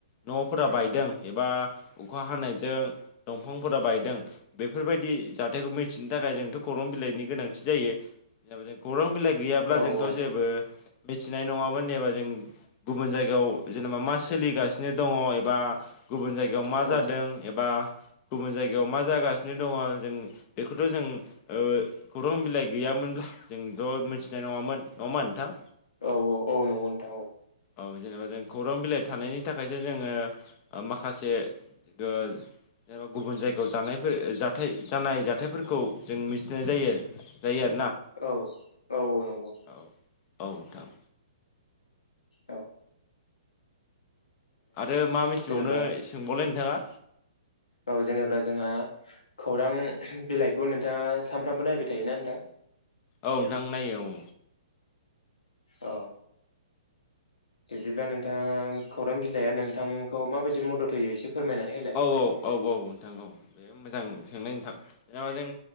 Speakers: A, on the left; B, on the left.
A: न'फोरा बायदों एबा अखा हानायजों दंफांफोरा बायदों बेफोरबायदि जाथायखौ मिथिनो थाखाय जोंथ' खौरां बिलाइनि गोनांथि जायो जा जों खौरां बिलाइ गैयाब्ला
B: औ
A: जोंथ'
B: औ।
A: जेबो मिथिनाय नङाबा एबा जों गुबुन जायगायाव जेनेबा मा सोलिगासिनो नो दङ एबा गुबुन जायगायाव मा
B: औ
A: जादों एबा गुबुन जायगायाव मा जागासिनो दङ जों बेखौथ' जों खौरां बिलाइ गैयाब्ला मोनब्ला जोंथ' मिथिनाय नङामोन नङामा नोंथां
B: औ औ औ नंगौ नोंथां औ
A: औ जेनेबा जों खौरां बिलाइ थानायनि नि थाखायसो जोङो माखासे जेनेबा गुबुन जायगायाव जानाय जानाय जाथायफोरखौ जों मिथिनाय जायो जायो आरो।
B: औ औ औ नंगौ।
A: औ औ नोंथां
B: औ
A: आरो मा मिथिबावनो
B: जेनेबा
A: सोंबावलाय नोंथाङा।
B: औ जेनेबा जोंहा खौरां बिलाइखौ नोंथाङा सानफ्रामबो नायबाय थायोना नोंथां।
A: औ नोंथां नायो औ।
B: औ। बिदिब्ला नोंथाङा खौरां बिलाइआ नोंथांखौ माबायदि मदद होयो एसे फोरमायनानै होलाय
A: औ औ औ औ नोंथां औ बे मोजां सोंनाय नोंथां जेनबा जों